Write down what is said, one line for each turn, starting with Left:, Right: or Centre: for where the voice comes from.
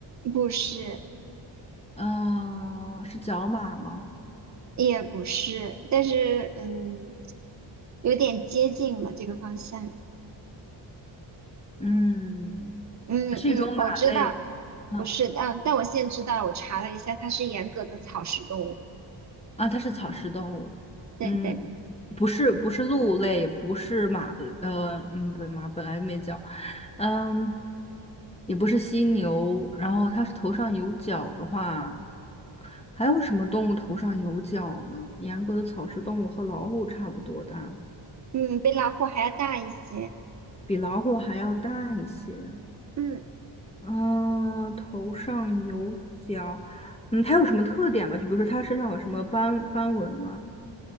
Right: 不是，
Left: 呃，是角马吗？
Right: 也不是，但是嗯，有点接近了这个方向。
Left: 嗯，
Right: 嗯嗯，
Left: 是一种马类。
Right: 我知道，
Left: 嗯，
Right: 不是，嗯，但我现在知道了，我查了一下，它是严格的草食动物。
Left: 啊，它是草食动物。
Right: 对对，
Left: 嗯，不是，不是鹿类，也不是马，呃，嗯，对，马本来没角。嗯，也不是犀牛。然后它是头上有角的话，还有什么动物头上有角呢？严格的草食动物和老虎差不多大，
Right: 嗯，比老虎还要大一些。
Left: 比老虎还要大一些。
Right: 嗯，
Left: 啊，头上有角，嗯，它有什么特点吗？就比如说它身上有什么斑斑纹吗？